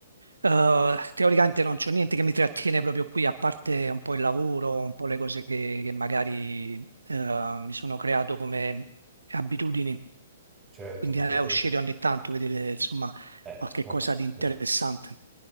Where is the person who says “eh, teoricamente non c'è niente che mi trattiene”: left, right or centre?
Right